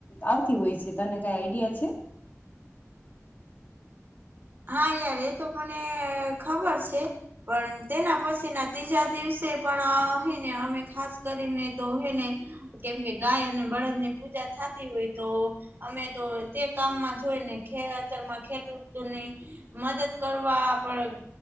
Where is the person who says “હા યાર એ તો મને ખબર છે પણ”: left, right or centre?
Right